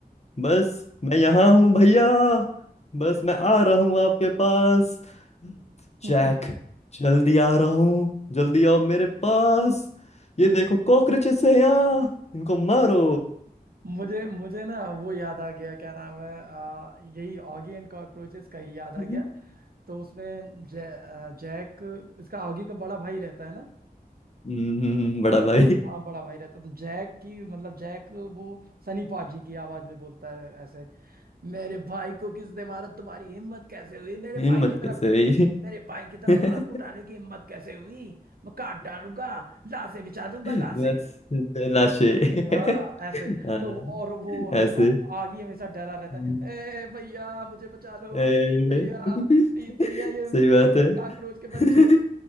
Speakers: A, on the left (about 45°); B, on the right (about 70°).
A: बस मैं यहाँ हूँ भैया बस मैं आ रहा हूँ आपके पास
B: <laughs>
A: जैक जल्दी आ रहा हूँ जल्दी आओ मेरे पास ये देखो कॉकरोचेस है यहाँ इनको मारो
B: मुझे मुझे ना वो याद आ गया क्या नाम है आ, यही ऑगी एंड कॉकरोचेस का ही याद आ
A: हाँ
B: गया तो उसमें जै, अ, जैक इसका ऑगी का बड़ा भाई रहता है ना
A: हम्म, बड़ा
B: हाँ
A: भाई
B: हाँ हाँ बड़ा भाई रहता है तो जैक की मतलब जैक वो सनी पाजी की आवाज में बोलता है ऐसे मेरे भाई को किसने मारा तुम्हारी हिम्मत कैसे हुई मेरे
A: हिम्मत
B: भाई की तरफ
A: कैसे हुई
B: मेरे भाई की तरफ
A: <laughs>
B: हाथ उठाने की हिम्मत कैसे हुई मैं काट डालूंगा लाशें बिछा दूंगा
A: बस
B: लाशें
A: लाशे <laughs>
B: हाँ ऐसे
A: हाँ,
B: तो वो- और वो हमेशा
A: ऐसे
B: आगे हमेशा डरा रहता
A: हम्म,
B: है ए भैया मुझे बचा लो
A: ए,
B: प्लीज भैया
A: <laughs>
B: प्लीज भैया ये
A: सही बात
B: ये
A: है
B: काकरोच
A: <laughs>
B: के बच्चे